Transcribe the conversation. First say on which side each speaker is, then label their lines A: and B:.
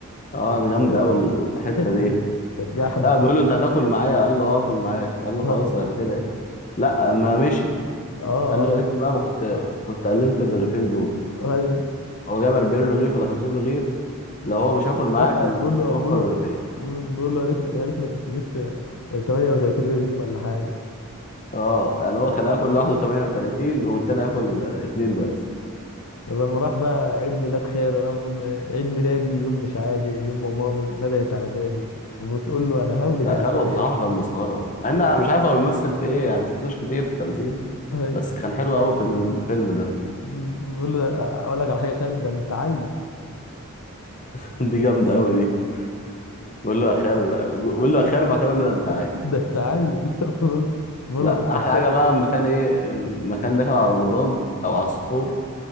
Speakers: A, on the left; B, on the left.
A: اه ده جامد
B: بس
A: قوي الحته
B: الحته
A: دي
B: دي كانت جحده
A: لا بقول له انت هتاكل معايا قال له اه اكل معاك قال له
B: اه
A: خلاص انا كده ايه لا ما مشي
B: اه
A: قال له
B: اه
A: يا ريتني بقى ما كنت كنت قللت الرغيفين دول
B: ايوه
A: هو جاب 40 رغيف ولا 50 رغيف لو هو مش هياكل معاه
B: لا
A: كان
B: بقول له
A: كان وفر
B: بقول له
A: رغيفين
B: مم، بقول له يا ريتني يا ريتني كنت جبت 38 رغيف ولا حاجه
A: اه يعني هو كان هياكل لوحده 38 والتاني هياكل اتنين بس
B: فلما راح بقى عيد ميلاد خاله راح بقول له إيه، عيد ميلادي يوم مش عادي يوم ما مامي ندهت على دادي وبتقول له انا هولد
A: لا
B: يا
A: خده
B: عبد الهادي
A: بصراحه كان مسخره مع ان انا مش عارف هو بيمثل في ايه يعني ما شفتوش كتير في التمثيل
B: أهي.
A: بس كان حلو قوي في الفيلم ده
B: مم، بقول له اقول لك على حاجه يا خال ده انت عيل
A: <laughs> دي جامده قوي دي بقول له يا خال بقول له يا خال وبعد كده بقول له انت عايز
B: <laughs> ده انت عيل <laughs> بقول بقول
A: لا
B: له محتاج
A: احلى حاجه بقى المكان ايه مكان داخل على رمضان او على السحور